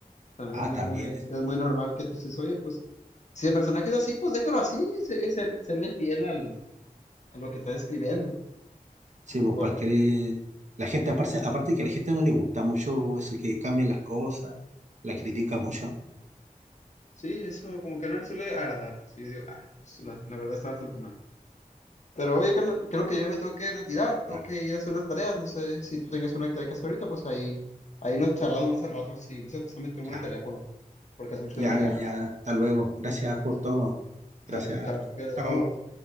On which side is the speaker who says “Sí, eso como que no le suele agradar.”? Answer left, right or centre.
Left